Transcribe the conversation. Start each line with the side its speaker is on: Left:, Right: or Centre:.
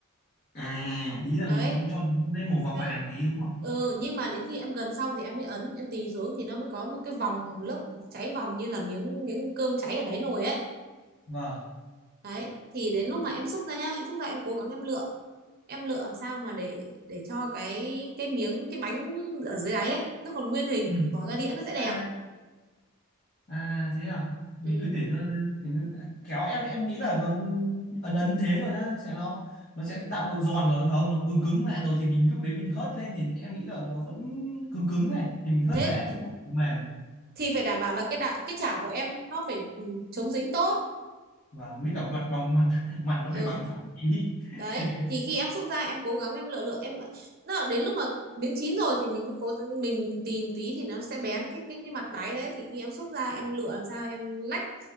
Left: à ý là
Right: đấy
Left: mình cũng cho lên màu vàng
Right: Cho
Left: vàng
Right: n-
Left: tí đúng không
Right: ừ nhưng mà đến khi em gần xong thì em mới ấn em tì xuống thì nó mới có một cái vòng lớp cháy vòng như là miếng miếng cơm cháy ở đáy nồi ấy
Left: vâng
Right: đấy thì đến lúc mà em xúc ra nhá em xúc ra em cố gắng em lựa em lựa làm sao mà để để cho cái cái miếng cái bánh ở dưới đáy ấy nó còn nguyên hình
Left: ừ.
Right: bỏ ra đĩa nó sẽ đẹp
Left: à À thế à? Mình
Right: ừ.
Left: cứ để cho để- kéo em em nghĩ là nó ấn ấn thế rồi nhá, sẽ nó nó sẽ tạo độ giòn rồi phải không? Nó cứng cứng lại rồi thì mình lúc đấy mình hớt lên thì em nghĩ là nó vẫn cứng cứng này thì mình hớt
Right: thế
Left: dễ chứ không phải mềm.
Right: thì phải đảm bảo là cái đạ, cái chảo của em nó phải ừ, chống dính tốt
Left: Và mới cả mặt bằng mặt mặt nó phải
Right: ừ
Left: bằng phẳng tí.
Right: đấy
Left: <laughs>
Right: thì khi em xúc ra em cố gắng em lựa lựa em đó đến lúc mà miếng chín rồi thì mình mới cố mình tìm tí thì nó sẽ bén cái cái cái mặt đáy đấy thì khi em xúc ra em lựa làm sao em lách